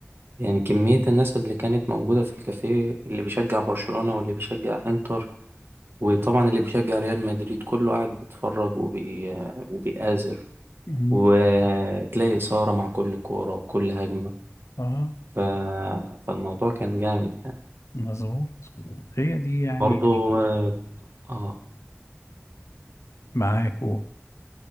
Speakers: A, on the right (about 55°); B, on the left (about 85°).
A: يعني كمية الناس اللي كانت موجودة في الكافيه اللي بيشجع برشلونة واللي بيشجع انتر وطبعا اللي بيشجع ريال مدريد كله قاعد بيتفرج وبي... وبيآزر
B: مم.
A: وتلاقي إثارة مع كل كورة وكل هجمة
B: اه
A: ف... فالموضوع كان جامد يعني
B: مظبوط هي دي يعني
A: برضو
B: ال-
A: اه آه،
B: معاك و...